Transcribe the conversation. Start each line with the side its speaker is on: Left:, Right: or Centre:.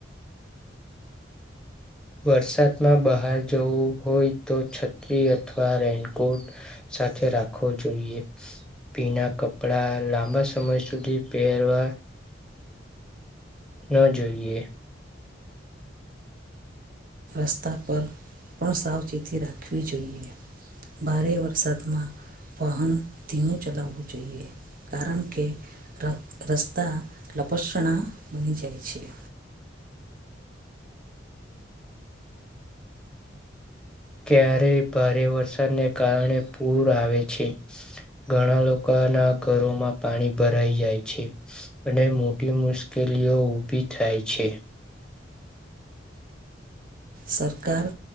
Centre: વરસાદમાં બહાર જવું હોય તો છત્રી અથવા રેનકોટ. સાથે રાખવો જોઈએ. પીના કપડા લાંબા સમય સુધી પહેરવા ના જોઈએ.
Right: રસ્તા પર પણ સાવચેતી રાખવી જોઈએ ભારે વરસાદમાં વાહન ધીમું ચલાવવું જોઈએ કારણ કે ર રસ્તા લપસણા બની જાય છે
Centre: ક્યારે ભારે વરસાદને કારણે પૂર આવે છે ઘણા લોકો ના ઘરોમાં પાણી ભરાઈ જાય છે અને મોટી મુશ્કેલીઓ ઊભી થાય છે
Right: સરકાર